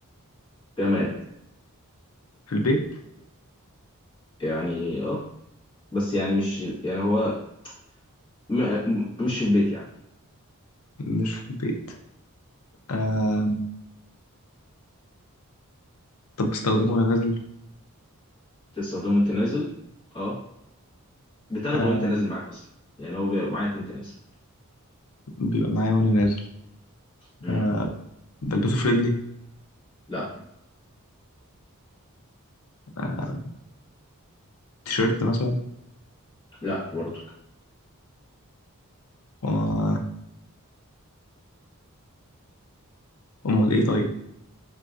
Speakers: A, on the left; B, on the left.
A: جماد
B: في البيت
A: يعني اه بس يعني مش يعني هو م... م- مش في البيت يعني
B: مش في البيت آه طب بستخدمه وأنا نازل
A: بتستخدمه وانت نازل اه بتاخده
B: آه
A: وانت نازل معاك اصلا يعني هو بيبقى معاك وانت نازل
B: بيبقى معايا وأنا نازل
A: مم.
B: آه بلبسه في رجلي
A: لا
B: آه تيشيرت مثلا
A: لا برضو
B: و- أمال إيه طيب